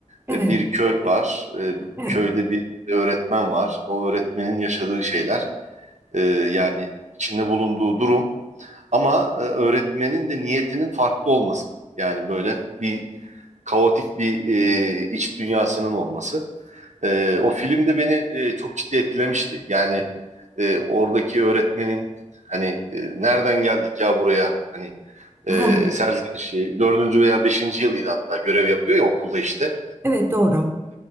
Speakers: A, on the right; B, on the right.
A: Evet,
B: E, bir köy var. E, bu
A: evet.
B: köyde bir öğretmen var. O öğretmenin yaşadığı şeyler. e, yani içinde bulunduğu durum ama e, öğretmenin de niyetinin farklı olması. Yani böyle bir kaotik bir e, iç dünyasının olması. E, o film de beni e, çok ciddi etkilemişti. Yani e, oradaki öğretmenin hani e, nereden geldik ya buraya hani
A: <laughs>
B: e,
A: Ha, ha.
B: serzenişi dördüncü veya beşinci yılıydı hatta görev yapıyor ya okulda işte
A: Evet, doğru.